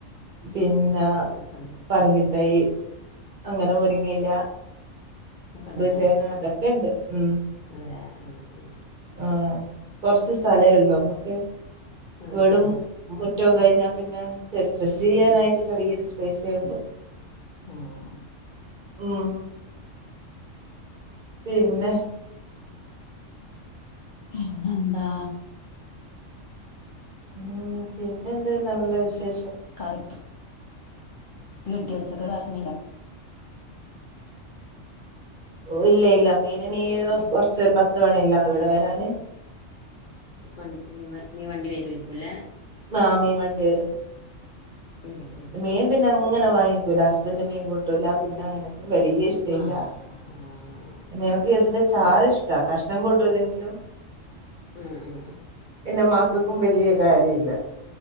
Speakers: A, on the right; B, on the left.
A: പിന്ന
B: ആക്കണ്ടല്ലേ
A: പറങ്കിത്തൈ
B: ഉം
A: അങ്ങനെ മുരിങ്ങയ്ല
B: ആക്കടല്ലേ
A: ചേന അതക്കെ ഉണ്ട് ഉം
B: അതെ ആഹ് ആഹ്
A: ആഹ് കൊറച്ച് സ്ഥലേള്ളൂ നമ്മുക്ക്
B: ആഹ്
A: വീടും
B: ആഹ്
A: മുറ്റം കഴിഞ്ഞാൽ പിന്നെ ചെടി കൃഷി ചെയ്യാനായിട്ട്
B: ആഹ്
A: ചെറിയൊരു സ്പൈസേള്ളു
B: ആഹ്
A: ഉം പിന്നെ
B: പിന്നെന്താ
A: ഉം പിന്നെ എന്ത് നല്ല വിശേഷം
B: കറക്റ്റ് കിട്ട വെച്ചക്കെ കർമ്മില്ല
A: ഓഹ് ഇല്ല ഇല്ല മീനനീ
B: കറി
A: കുറച്ച ഒരു പത്ത് മണില്ല ഇവിടെ വരാന്
B: വണ്ടി മീ വ മീ വണ്ടി വര വരിക്കുംല്ലെ
A: ആഹ് മീൻ വണ്ടി വരും
B: ഉം ഉം
A: മീൻ പിന്നെ അങ്ങനെ വാങ്ങിക്കൂല ഹസ്ബൻഡ് മീൻകോട്ടില്ല പിന്നെ എനക്കും വലിയ ഇഷ്ടയ്ല്ല
B: ആഹ്
A: പിന്നെ എനക്ക് ഇതിന്റെ
B: അതന്നെ
A: ചാറ് ഇഷ്ട കഷ്ണം കൂട്ടൂല്ലെങ്കിലും
B: ഉം ഉം ഉം
A: പിന്നെ മക്കൾക്കും വലിയ കാര്യ ഇല്ല